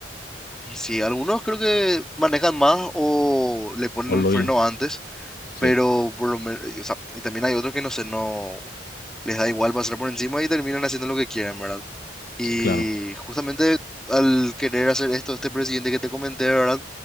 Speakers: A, in the centre; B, on the left (about 50°).
A: y sí, algunos creo que manejan más o le ponen
B: O
A: un
B: lo,
A: freno antes,
B: sí,
A: pero por lo menos, y también hay otros que no sé, no les da igual pasar por encima y terminan haciendo lo que quieren, ¿verdad? Y
B: sí, claro.
A: justamente al querer hacer esto, este presidente que te comenté, ¿verdad?